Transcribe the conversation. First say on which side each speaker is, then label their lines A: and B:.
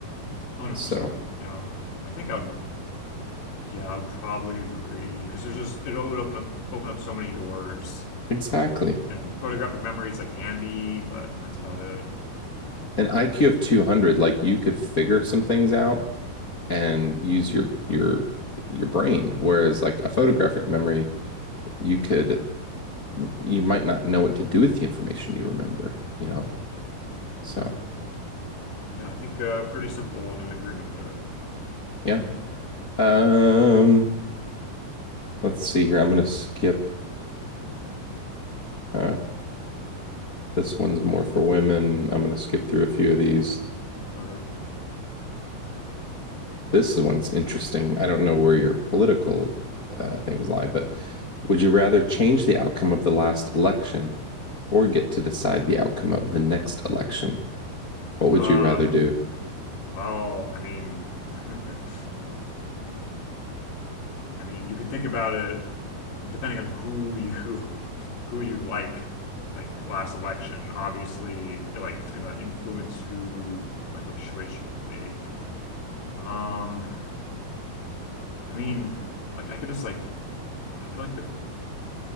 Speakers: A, on the left; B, on the left.
A: 100%.
B: So.
A: Yeah. I think I would yeah, I'd probably agree because there's just it would open up open up so many doors
B: Exactly.
A: and photographic memory is like handy, but that's about it.
B: An IQ of 200, like you could figure some things out and use your your your brain. Whereas like a photographic memory, you could you might not know what to do with the information you remember, you know? So,
A: Yeah, I think uh pretty simple and an agreement there.
B: yeah. Um, let's see here. I'm gonna skip uh this one's more for women. I'm gonna skip through a few of these.
A: Okay.
B: this one's interesting. I don't know where your political uh, things lie, but would you rather change the outcome of the last election or get to decide the outcome of the next election? What
A: Uh
B: would you rather do?
A: well, I mean <laughs> I mean, you could think about it, I mean, depending on who you <laughs> who you like, like last election, obviously, it, like it's gonna influence who, like what choice you make. Um, I mean, like I could just like I feel like the